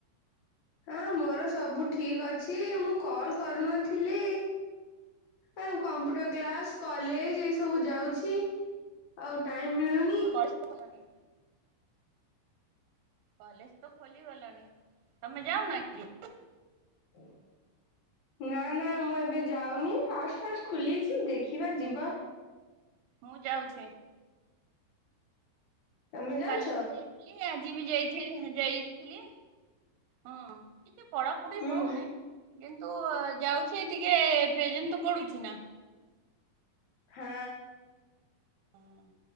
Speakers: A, on the left (about 80°); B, on the right (about 80°).
A: ହଁ ମୋର ସବୁ ଠିକ ଅଛି। ମୁଁ କଲ୍ କରୁନଥିଲି ଆ କମ୍ପ୍ୟୁଟର କ୍ଲାସ କଲେଜ ଏଇ ସବୁ ଯାଉଛି। ଆଉ ଟାଇମ ମିଳୁନି।
B: ଅର୍ଷେ <inaudible> କଲେଜ ତ ଖୋଲିଗଲାଣି ତମେ ଯାଉ ନା କି?
A: ହୁ ନା ନା ମୁଁ ଏବେ ଯାଉନି ଫାଷ୍ଟ ଫାଷ୍ଟ ଖୋଲିଛି ଦେଖିବା ଯିବା।
B: ମୁଁ ଯାଉଛି।
A: ତମେ ଯାଉଛ?
B: କାଲି ବି ଯାଇଥିଲି ଆଜି ବି ଯାଇଥି ଯାଇଥିଲି ହଁ। କିଛି ପଢାପଢି
A: ହୁଁ।
B: ହଉନି କିନ୍ତୁ ଯାଉଛି ଟିକେ ପ୍ରେଜେଣ୍ଟ ତ ପଡୁଛି ନା।
A: ହଁ।
B: ହଁ